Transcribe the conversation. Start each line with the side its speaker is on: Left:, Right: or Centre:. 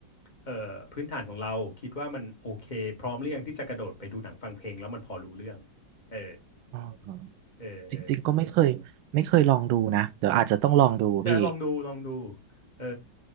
Left: เอ่อพื้นฐานของเราคิดว่ามันโอเคพร้อมหรือยังที่จะกระโดดไปดูหนังฟังเพลงแล้วมันพอรู้เรื่องเออ
Right: อ่า
Left: เออเออ
Right: จริงๆก็ไม่เคยไม่เคยลองดูนะเดี๋ยวอาจจะต้องลองดูพี่
Left: ใช่ลองดูลองดูเออ